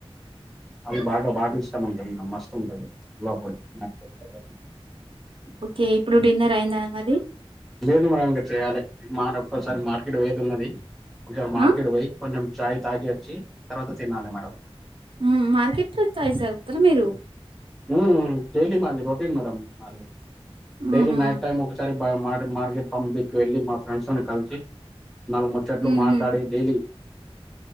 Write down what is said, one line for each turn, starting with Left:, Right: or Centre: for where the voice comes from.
Centre: అది బాగా బాగా ఇష్టం ఉంటుంది మేడం మస్త్ ఉంటది హల్వా పూరి <inaudible>
Right: ఒకే ఇప్పుడు డిన్నర్ అయిందా మరి.
Centre: లేదు మేడం ఇంకా చెయాలే. మానొక్కసారి మార్కెట్ పోయేది ఉన్నది. కు జార్ మార్కెట్
Right: ఆ!
Centre: పోయి, కొంచెం ఛాయ్ తాగి వచ్చీ, తర్వాత తినాలె మాడం.
Right: ఊమ్మ్ మార్కెట్లో ఛాయ్ సాగుతార మీరు.
Centre: ఊ డైలీ మాది రొటీన్ మేడం మాది. డైలీ
Right: ఆహా!
Centre: నైట్ టైమ్ ఒకసారి. బాయి మార్గెట్ మార్కెట్ పంప్ దిక్కు వెళ్ళి మా ఫ్రెండ్స్ తోని కల్సి నాలుగు ముచ్చట్లు
Right: ఉహూ
Centre: మాట్లాడి డైలీ.